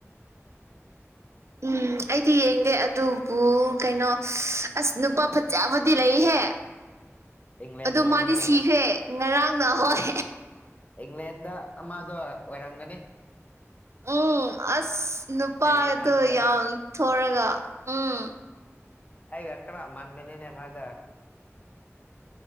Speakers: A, on the right; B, on the left.
A: ꯎꯝ ꯑꯩꯗꯤ ꯌꯦꯡꯗꯦ ꯑꯗꯨꯕꯨ ꯀꯩꯅꯣ ꯁ ꯑꯁ ꯅꯨꯄꯥ ꯐꯖꯕꯗꯤ ꯂꯩꯍꯦ
B: ꯏꯪꯂꯦꯟꯗꯔꯅꯦ
A: ꯑꯗꯨ ꯃꯥꯗꯤ ꯁꯤꯈ꯭ꯔꯦ
B: ꯅꯪ
A: ꯉꯔꯥꯡꯅ ꯍꯣꯏ
B: ꯏꯪꯂꯦꯟꯗ ꯑꯃꯗꯣ ꯑꯣꯏꯔꯝꯒꯅꯤ
A: ꯎꯝ ꯑꯁ ꯅꯨꯄꯥꯗꯣ
B: ꯕꯦꯂꯤꯡꯍꯝꯗ
A: ꯌꯥꯝ ꯊꯣꯔꯒ ꯎꯝ
B: ꯑꯩꯒ ꯈꯔ ꯃꯥꯟꯕꯅꯤꯅꯦ ꯃꯥꯗꯣ